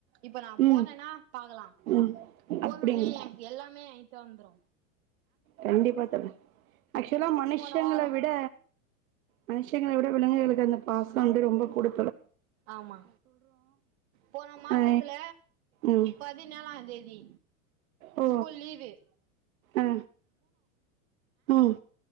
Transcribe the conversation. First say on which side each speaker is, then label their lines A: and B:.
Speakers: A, on the right (about 50°); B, on the right (about 90°).
A: இப்ப நா‌
B: ம்
A: போனேன்னா பாக்கலா
B: ம்
A: போனோன்னே
B: அப்டிங்களா
A: எனக் எல்லாமே இ த்தாந்ரு
B: கண்டிப்பா தோழி‌ ஆக்ச்வலா மனுஷங்ள
A: போன வாரோ
B: விட மனுஷங்கள விட விலங்குகளுக்கு அந்த பாசொ வந்து ரொம்ப குடு
A: ஆமா போன மாசத்துல
B: ஆ ம்
A: பதினேழாந் தேதி
B: ஓ
A: ஸ்கூல் லீவு
B: ஆ ம்